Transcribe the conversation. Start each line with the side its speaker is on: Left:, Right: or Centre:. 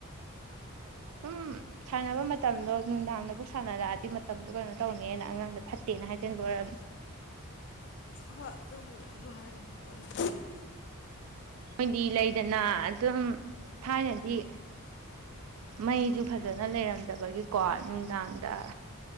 Right: ꯁꯨꯝ ꯁꯥꯟꯅꯕ ꯃꯇꯝꯗꯣ ꯅꯨꯡꯗꯥꯡꯗꯕꯨꯛ ꯁꯥꯟꯅꯔꯛꯑꯗꯤ ꯃꯇꯝꯗꯣ ꯀꯩꯅꯣ ꯇꯧꯅꯦꯅ ꯑꯉꯥꯡꯗꯣ ꯐꯠꯇꯦꯅ ꯍꯥꯏꯖꯤꯟꯕ ꯑꯣꯏꯔꯝꯅꯤ꯫
Left: ꯍꯣꯏ ꯑꯗꯨꯕꯨ ꯑꯗꯨ ꯍꯥꯏꯔꯝꯕꯕꯨ ꯑꯣꯏꯔꯝ ꯌꯥꯢ꯫
Right: ꯃꯣꯏꯗꯤ ꯂꯩꯗꯅ ꯑꯗꯨꯝ ꯊꯥꯏꯅꯗꯤ ꯃꯩꯁꯨ ꯐꯖꯅ ꯂꯩꯔꯝꯗꯕꯒꯤꯀꯣ ꯅꯨꯡꯗꯥꯡꯗ